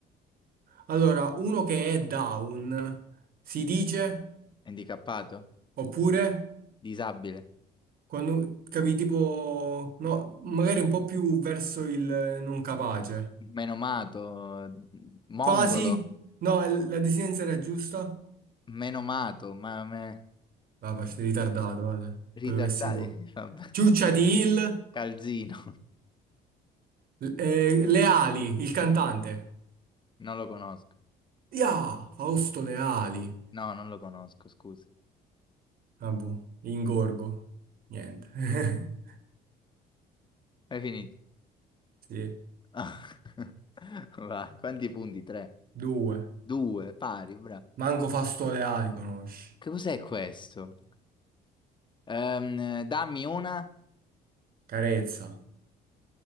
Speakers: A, on the right (about 60°); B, on the left (about 30°).
A: allora, uno che è down si dice
B: handicappato,
A: oppure
B: disabile,
A: quando capi tipo, no, magari un po' più verso il non capace.
B: menomato, mongolo,
A: Quasi? No, la desinenza era giusta?
B: menomato, ma me-
A: Vabbè, sei ritardato, guarda,
B: ritardati.
A: quello che sei tu.
B: <laughs> Vabbè.
A: Ciuccia di Hill,
B: Calzino,
A: l- eh, Leali, il cantante.
B: non lo conosco.
A: Ya, Fausto Leali.
B: No, non lo conosco, scusa.
A: Ah, boh, ingorgo. Niente. <laughs>
B: Hai finito.
A: Sì,
B: <laughs> Vai, quanti punti? Tre,
A: due.
B: due, pari, bravo.
A: Manco Fausto Leali conosci.
B: Che cos'è questo? Ehm, dammi una.
A: Carezza.